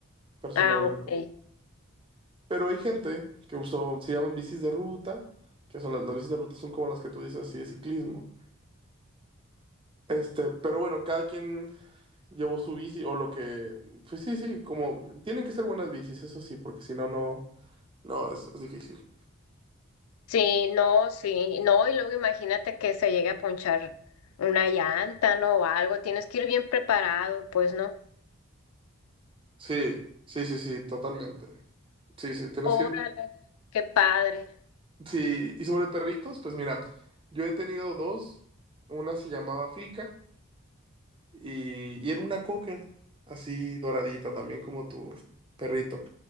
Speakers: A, on the right (about 25°); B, on the left (about 80°).
A: personalmente.
B: Ah, ok.
A: Pero hay gente que usó, se llaman bicis de ruta, que son las, las bicis de ruta son como las que tú dices así de ciclismo. Este, pero bueno, cada quien llevó su bici o lo que, pues sí, sí, como tienen que ser buenas bicis, eso sí, porque si no, no, no, es, es difícil.
B: Sí, no, sí, no, y luego imagínate que se llegue a ponchar una llanta, ¿no? O algo, tienes que ir bien preparado, pues, ¿no?
A: Sí, sí, sí, sí, totalmente. Sí, sí, tienes
B: Órale,
A: que ir.
B: qué padre.
A: Sí, y sobre perritos, pues mira, yo he tenido dos, una se llamaba Flica y, y era una cocker, así doradita, también como tu perrito.